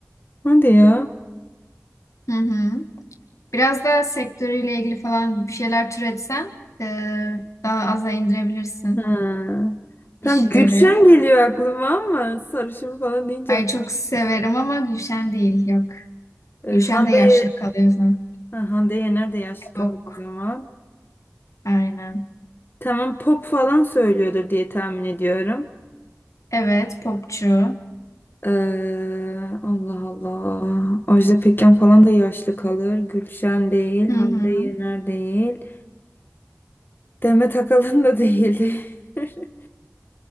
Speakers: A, on the left; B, on the left.
A: Hadi ya.
B: Hı hı. Biraz da sektörüyle ilgili falan bir şeyler türetsen ee, daha aza indirebilirsin
A: Ha. Tam
B: kişileri.
A: Gülşen geliyor aklıma ama sarışın falan deyince
B: Ay
A: ak-
B: çok severim ama Gülşen değil yok.
A: Ee,
B: Gülşen
A: Hande,
B: de yaşlı
A: Ye-
B: kalıyor zaten.
A: ha, Hande Yener de yaşlı kalır
B: Yok
A: o zaman.
B: aynen.
A: Tamam pop falan söylüyordur diye tahmin ediyorum.
B: Evet popçu.
A: Ee, Allah Allah. Ajda Pekkan falan da yaşlı kalır. Gülşen değil,
B: Hı
A: Hande
B: hı.
A: Yener değil. Demet Akalın da değildi. <laughs>